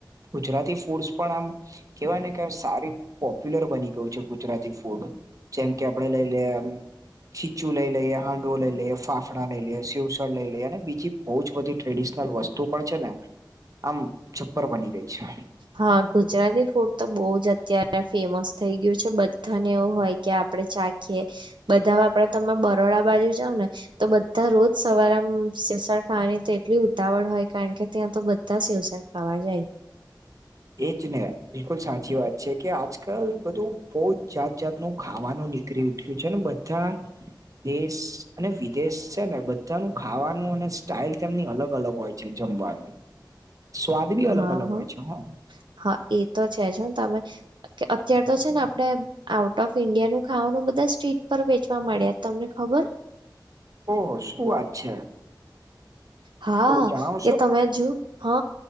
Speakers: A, on the right; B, on the right.
A: ગુજરાતી ફૂડ્સ પણ આમ... કેવાય ને કે સારી પોપ્યુલર બની ગયુ છે ગુજરાતી ફૂડ. જેમ કે, આપડે લઈ લેમ... ખીચું લઈ લઈએ, હાંડવો લઈ લઈએ, ફાફડા લઈ લઈએ, સિવસળ લઈ લઈએ અને બીજી બઉ જ બધી ટ્રેડિસનલ વસ્તુ પણ છે, ને આમ છપ્પર બની ગઈ છે.
B: હા ગુજરાતી ફૂડ તો બઉ જ અતારે ફેમસ થઈ ગયું છે બધાને એવુ હોય.. કે આપડે ચાખીએ બધાવા આપડે તમે બરોડા બાજુ જાવ ને તો બધા રોજ સવાર આમ્મ સેવસળ ખાવાની તો એટલી ઉતાવળ હોય કારણ કે, ત્યા તો બધા સેવસડળ ખાવા જાય.
A: એ જ ને બિલકુલ સાચી વાત છે કે આજકાલ બધુ બોઉ જ જાત જાત.. નું ખાવાનુ નીકરી ઉઠ્યુ છે ને બધા દેસ અને વિદેસ સે ને બધાનું ખાવાનું અને સ્ટાઈલ તેમની અલગ અલગ હોય છે જમવાનું. સ્વાદ બી
B: હા
A: અલગ અલગ
B: હા
A: હોય છે. હ
B: હા, એ તો છે જ હ તમે અત્યાર તો છે ને આપડે આઉટ ઓફ ઈન્ડિયા નુ ખાવાનુ બધા સ્ટ્રીટ પર વેચવા માળ્યા. તમને ખબર..
A: ઓહ! શું વાત છે.
B: હા
A: થોડું જણાવશો
B: કે તમે જુ હ